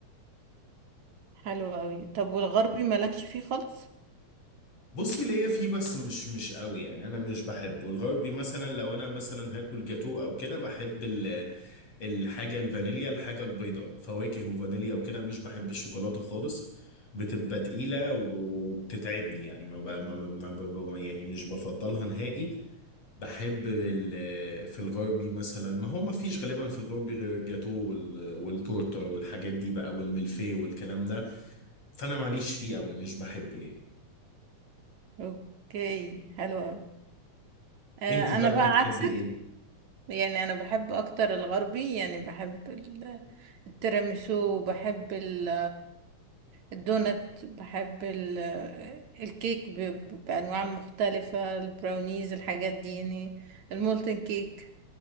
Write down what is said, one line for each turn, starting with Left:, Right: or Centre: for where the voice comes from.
Right: حلو قوي طب والغربي مالكش فيه خالص
Left: بصي ليا فيه بس مش مش قوي يعني انا مش بحبه الغربي مثلا لو انا مثلا هاكل جاتوه او كده بحب الحاجة الفانيليا الحاجة البيضاء فواكه وفانيليا وكده مش بحب الشوكولاتة خالص بتبقى تقيلة و- وبتتعبني يعني ما, ب... ما, ب... ما ب... ما- يعني مش بفضلها نهائي بحب ال... في الغربي مثلا ما هو ما فيش غالبا في الغربي غير الجاتو وال... والتورتة والحاجات دي بقى والملفيه والكلام ده فأنا ماليش فيه قوي مش بحبه يعني
Right: اوكي حلو أوي. آه،
Left: انتي بقى
Right: انا بقى
Left: بتحبي
Right: عكسك
Left: ايه؟
Right: يعني انا بحب اكتر الغربي يعني بحب ال- التيراميسو بحب ال- الدونت بحب ال- الكيك ب- ب- بانواع المختلفة البراونيز الحاجات دي يعني المولتن كيك